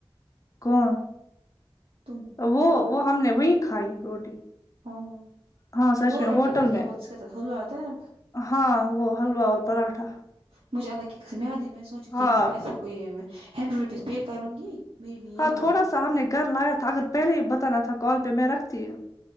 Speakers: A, on the left (about 35°); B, on the right (about 80°).
A: کون
B: تم
A: وہ وہ ہم نے وہیں کھائی روٹی
B: ہاں
A: ہاں سچ
B: وہ
A: میں
B: روٹی
A: ہوٹل
B: اس کیا
A: میں
B: بولتے اس کے ساتھ حلوا آتا ہے
A: ہاں وہ حلوا اور پراٹھا
B: مجھے اللہ کی قسم ہے آج ہی میں سونچ رہی
A: ہاں
B: ٹھی میں عائشہ کو ہییننڈریڈ روپیز پے کرو گی میرے لیے
A: ہاں
B: یہ لاؤ
A: تھوڑا سا ہم نے گھر لایا تھا اگر پہلے ہی بتانا تھا کال پہ میں رکھتی ہے